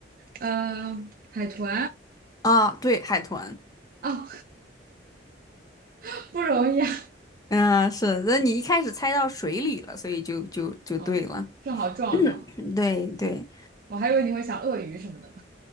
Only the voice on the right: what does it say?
嗯、海豚。
哦，<laughs> 不容易啊，
嗯，正好撞上了。
我还以为你会想鳄鱼什么的，